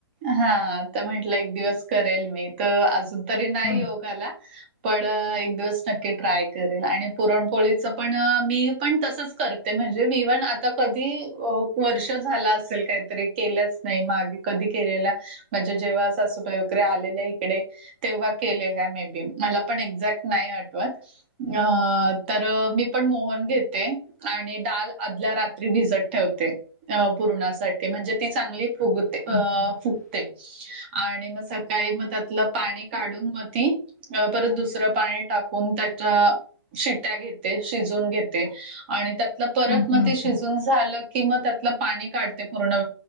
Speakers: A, on the right; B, on the left.
A: हाता म्हंटलं एक दिवस करेल मी तर अजून. तरी नाही
B: बर
A: योगाला पण एक दिवस नक्की ट्राय करेल आणि पुरणपोळीच पण मी पण तसंच कर म्हणजे इवण आता कधी ते वर्ष झाला असेल काहीतरी केलंच नाही मागे कधी केलेल्या म्हणजे जेव्हा सासू वगैरे आलेले इकडे तेव्हा केलेल्या मे बी मला पण एक्झॅक्ट नाही आठवत. अ तर मी पण मोहन घेते आणि डाल आदल्या रात्री भिजत ठेवते पूर्णासाठी म्हणजे ती चांगली फुगते
B: अच्छा अच्छा
A: फुगते. आणि मग सकाळी मग त्यातलं पाणी काढून मग ती अ परत दुसरं पाणी टाकून त्याच्या शिट्या घेते शिजून घेते. त्या परत
B: ओके
A: मग
B: ओके
A: शिजवून झालं की मग त्यातल पाणी काढते पूर्ण